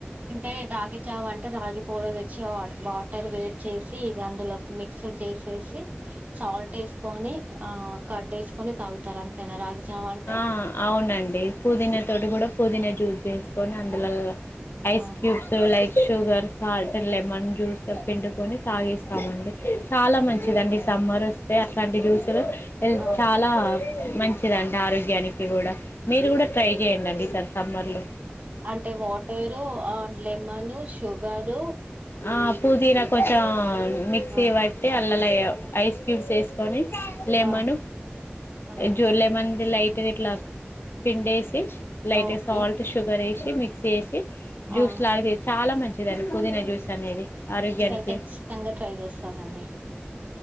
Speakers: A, on the right; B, on the left.
A: ఇంటే రాగి జావా అంటే రాగి పోడి తెచ్చు వచ్చేవాడు వాటర్ వేడి చేసి ఇది అందులో మిక్స్ చేసి చేసి సాల్ట్ కేసుకొని ఆ కడ్ వేసుకొని తాగుతారు అంతేనా రాగి జావ అంటే
B: ఆ అవునండి పుదీనా తోటి కూడా పుదీనా జ్యూస్ చేసుకొని అందులో ఐస్
A: ఆహా
B: cubes light sugar salt lemon juice పిండుకని తాగేస్తామండి చాలా మంచిదండి
A: ఆ
B: సమ్మర్ కేయన్ష్ వంటి జ్యూసులు
A: ఆ
B: చాలా మంచిదండి ఆరోగ్యానికి కూడా మీరు కూడా ట్రై చేయండి అండి ఈ సారి సమ్మర్ లో
A: అంటే వాటరు లెమన్ షుగరు
B: ఆ పుదీనా కొంచెం మిక్సీ
A: ఆ
B: బట్టి అల్లలయే ఆఐస్ క్యూబ్స్ తీసుకని లేమ్మను
A: ఆ ఆ
B: జో లేమన్ అది లైట్ ఇట్లా పిండి వేసి లైట్
A: ఓకే
B: సాల్ట్ షుగర్ ఏసి మిక్స్ వేసి జ్యూస్
A: ఆ
B: లాగా ది చాలా మంచిదండి పుదీనా జ్యూస్ అనేది ఆరోగ్యానికి
A: ఈసారి ఖచ్చితంగా ట్రై చేస్తానండి